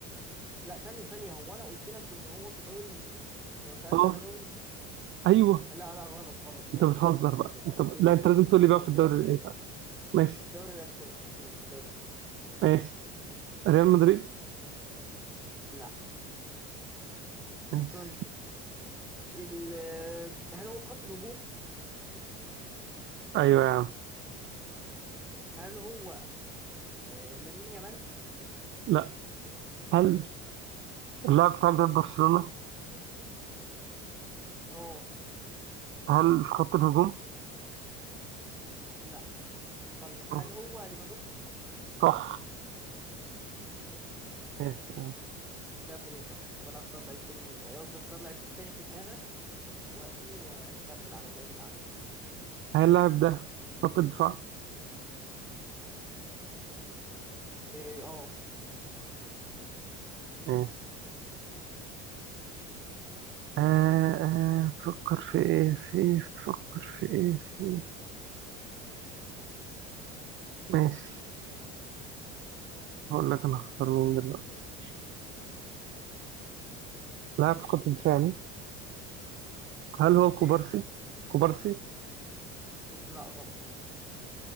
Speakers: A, in the centre; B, on the right.
A: لا ثانية ثانية هو انا قلت لك ان هو في الدوري الانجليزي لو سألت
B: اه
A: على الدوري الانجليزي
B: ايوه
A: لا لا غلط غلط سوري
B: انت بتهزر
A: سوري سوري
B: بقى
A: سوري
B: انت
A: غلطتي
B: ب... لا انت لازم تقول لي بقى
A: غلطتي
B: في الدوري
A: غلطتي
B: ايه بقى ماشي
A: في الدوري الاسباني اوكي في الدوري الاسباني
B: ماشي ريال مدريد
A: لا
B: ماشي
A: طيب ال... هل هو في خط الهجوم؟
B: ايوه يا عم
A: هل هو آه، لامين يامال؟
B: لا هل اللاعب بتاعك ده في برشلونة
A: اه
B: هل في خط الهجوم
A: لا طيب
B: ماشي.
A: هل هو ليفاندوفسكي؟
B: صح
A: تمام.
B: ماشي
A: كمل انت وانا اختار لعيب تاني آه، قصدي اختار لعيب تاني في دماغك دلوقتي وكمل على اللعيب اللي عندي
B: هل اللاعب ده خط الدفاع
A: ايه اه
B: ماشي آه آه تفكر في ايه سيف تفكر في ايه سيف ماشي هقول لك انا هختار مين دلوقتي لاعب في خط الدفاع مين؟
A: كان- آه،
B: هل هو كوبارسي
A: ايه
B: كوبارسي
A: لا غلط